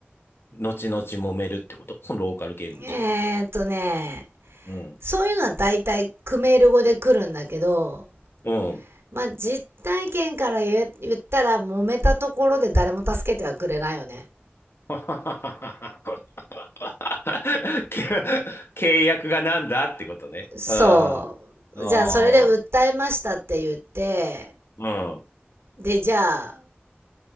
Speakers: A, on the left; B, on the right.
A: 後々揉めるってことそのローカル言語じゃないと。
B: うん。えー、っとね、
A: うん。
B: そういうのは大体クメール語で来るんだけど、
A: うん。
B: まあ実体験から言言ったら揉めたところで誰も助けてはくれないよね。
A: <laughs> け契約がなんだってことね。
B: そう。
A: うん。ああ、
B: じゃあそれで訴えましたって言って、
A: うん。
B: でじゃあ